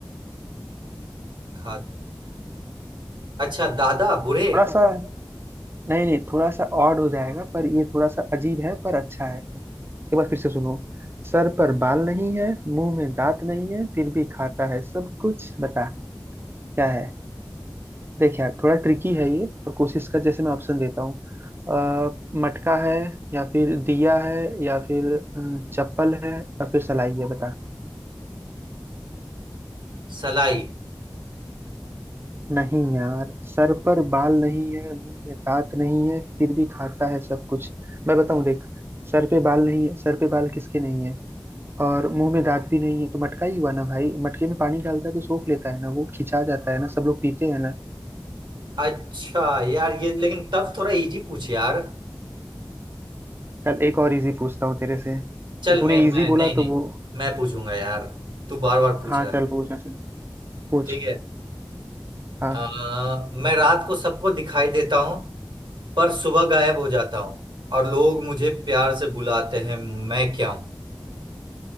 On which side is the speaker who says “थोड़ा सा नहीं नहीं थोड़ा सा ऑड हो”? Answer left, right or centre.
Right